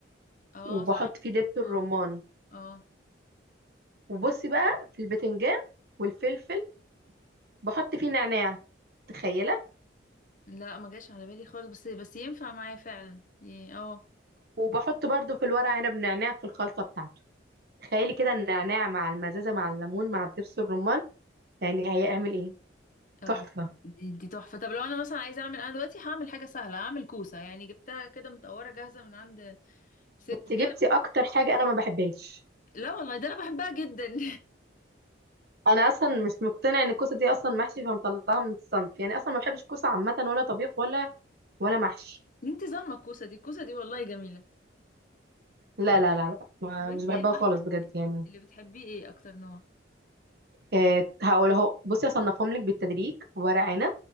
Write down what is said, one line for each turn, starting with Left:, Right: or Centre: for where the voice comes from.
Left: اه
Right: وبحط
Left: صح
Right: فيه دبس الرمان
Left: اه اه
Right: وبصي بقى في البتنجان والفلفل بحط فيه نعناع تخيله
Left: لا ما جاش على بالي خالص بس بس ينفع معايا فعلا ي- اه
Right: وبحط برضو في الورق عنب نعناع في الخلطة بتاعته تخيلي كده النعناع مع المزازة مع الليمون مع الدبس الرمان يعني هيعمل ايه
Left: اه
Right: تحفة
Left: دي دي تحفة طب لو انا مثلا عايزة اعمل انا دلوقتي هعمل حاجة سهلة هعمل كوسة يعني جبتها كده متقورة جاهزة من عند ست
Right: انت
Left: كده
Right: جبتي اكتر حاجة انا ما بحبهاش
Left: لا والله ده انا بحبها جدا
Right: انا اصلا مش مقتنع ان الكوسة دي اصلا محشي فمطلعها من الصنف يعني اصلا ما بحبش الكوسة عامة ولا طبيخ ولا ولا محشي
Left: <laughs> انت ظالمة الكوسة دي الكوسة دي والله جميلة
Right: لا لا لا لا ما
Left: طب انت
Right: مش بحبها
Left: ايه المحشي
Right: خالص بجد يعني
Left: اللي بتحبيه ايه اكتر نوع
Right: إيه هقول اهو بصي اصنفهم لك بالتدريج ورق عنب